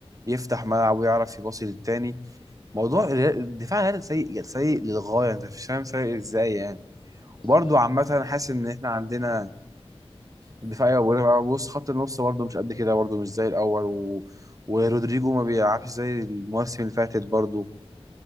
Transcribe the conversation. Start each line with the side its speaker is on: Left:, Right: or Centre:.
Right: يفتح ملعب ويعرف يباصي للتاني موضوع الريال- الدفاع الريال سيء سيء للغايه انت مش فاهم سيء ازاي يعني
Left: بس
Right: وبرضه
Left: مش الدفاع
Right: عامة أنا
Left: بس
Right: حاسس إن إحنا عندنا دفاعية وبص خط النص برضه مش قد كده برضه مش زي الأول و... ورودريجو ما بيلعبش زي المواسم اللي فاتت برضه